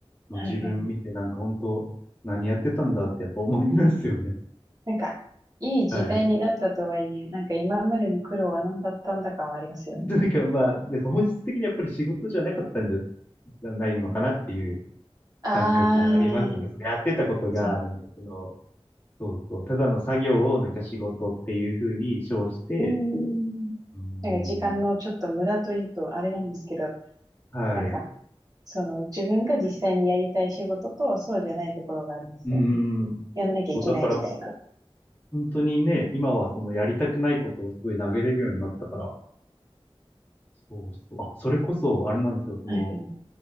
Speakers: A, on the left; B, on the right.
A: の自分見て、
B: はいはい。
A: なんか本当、何やってたんだってやっぱ思いますよね。
B: なんか、いい時代になったとはいえ、
A: <laughs> はい。
B: なんか今までの苦労は何だったんだかはありますよね。
A: なんかまあ、なんか本質的にやっぱり仕事じゃなかったんじゃ、じゃないのかなっていう
B: ああ、
A: 感覚がありますよね。そのやってたことが、
B: そう。
A: なんかその、そうそう、ただの作業をなんか仕事っていうふうに称して、
B: うーん。
A: うーん、
B: なんか時間のちょっと無駄というとあれなんですけど、
A: はい。
B: なんか、
A: う
B: その、自分が実際にやりたい仕事と、そうじゃないところがありますよね。
A: ーん。
B: やんなきゃいけないみたいな。
A: そう、だから本当にね、今はそのやりたくないことをすごい投げれるようになったから、そうそう。あ、それこそ、あれなんですよ、その、
B: はい